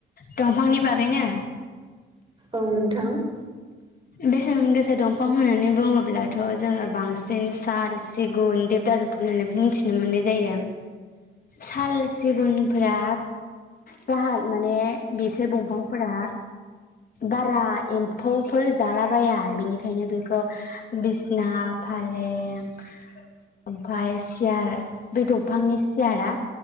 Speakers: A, on the left; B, on the right.
A: दंफांनि बागैनो?
B: औ नोंथां ।
A: बेसेन गोसा दंफां होननानै बुङोब्लाथ' जोङो बांसिन साल सिगुन दिबदारु होननानै बुंथिनो मोननाय जायो साल सिगुनफोरा जाहा माने बिसोर बंफांफोरा बारा एम्फौफोर जालाबाया बेनिखायनो बेखौ बिसना फालें ओमफ्राय सियार बे दंफांनि सियारा